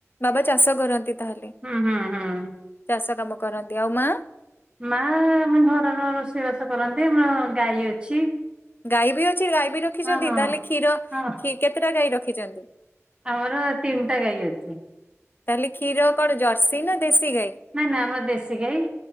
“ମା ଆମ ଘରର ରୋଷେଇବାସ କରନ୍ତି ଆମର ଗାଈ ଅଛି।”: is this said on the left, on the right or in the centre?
Right